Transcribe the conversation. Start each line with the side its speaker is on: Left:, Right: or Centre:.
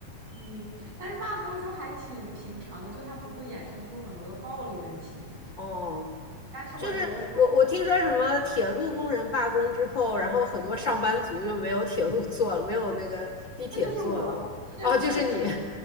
Right: 嗯，但是罢工就还挺平常的，就它不会衍生出很多的暴力问题。
Left: 哦，
Right: 但是我觉得它，
Left: 就是我我听说什么铁路工人罢工之后，然后很多上班族就没有铁路坐了，没有那个地铁坐了。
Right: 这就是我是是美
Left: 哦，就是你，